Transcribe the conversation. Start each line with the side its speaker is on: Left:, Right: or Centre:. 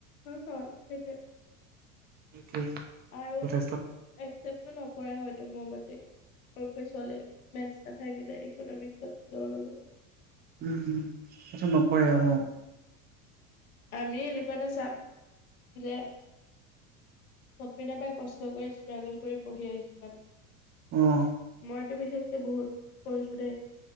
Left: সেইটোৱে, সেইটোৱে।
Right: <unintelligible>
Left: আৰু,
Right: যথেষ্ট
Left: একচেপ্টটো নকৰে হ'য়তো মোৰ মতে। <unintelligible> পিছলে মেথছ নাথাকিলে ইকনমিক্সত মেজৰ ল'বলৈ।
Right: উম উম, সেইটো নকৰে অ'।
Left: আমি এনেকুৱা এটা চাব, যে চব পিনে পৰাই কষ্ট কৰি ষ্ট্ৰাগল কৰি পঢ়ি আহিছো মানে।
Right: অ'।
Left: মইতো বিশেষকে বহুত কৰিছো দেই।